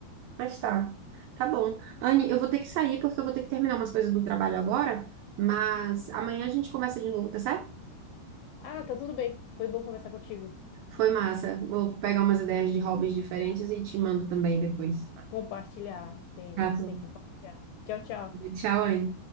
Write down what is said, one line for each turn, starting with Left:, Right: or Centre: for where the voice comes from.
Right: Mas tá, tá bom. Anne, eu vou ter que sair porque eu vou ter que terminar umas coisas do trabalho agora, mas amanhã a gente conversa de novo, tá certo?
Left: Ah, tá tudo bem. Foi bom conversar contigo.
Right: Foi massa. Vou pegar umas ideias de hobbies diferentes e te mando também depois.
Left: Compartilhar. Tem
Right: Tá
Left: isso,
Right: bom.
Left: tem que compartilhar. Tchau, tchau.
Right: Tchau, Anne.